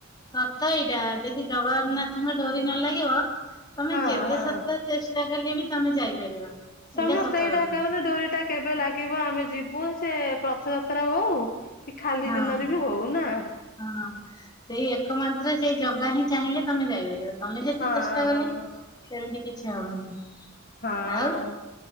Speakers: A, on the left; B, on the left.
A: ସତ ଏଇଟା ଯେଦି ଜଗନ୍ନାଥଙ୍କ ଡୋରି ନ ଲାଗିବ ତମେ
B: ହଁ
A: ଯେତେ
B: ହଁ
A: ସତ ଚେଷ୍ ଟା କଲେ ବି ତମେ ଯାଇପାରିବନି।
B: ସମସ୍ତେ
A: ସତ
B: ଏଇଟା
A: କଥା
B: କାରନ ଡୋରି ଟା କେବେ ଲାଗିବ ଆମେ ଯିବୁ ସେ ପ ରଥଯାତ୍ରା ହଉ କି ଖାଲି
A: ହଁ।
B: ଦିନରେ ବି ହଉ, ନାଁ?
A: ହଁ ସେଇ ଏକମାତ୍ର ସେଇ ଜାଗା ହିଁ ଚାହିଁଲେ ତମେ ଯାଇପାରିବ। ତମେ ଯେତେ
B: ହଁ
A: ଚେଷ୍ଟା କଲେ
B: ହଁ।
A: ସେମିତି କିଛି ହବନେଇ।
B: ହଁ
A: ଆଉ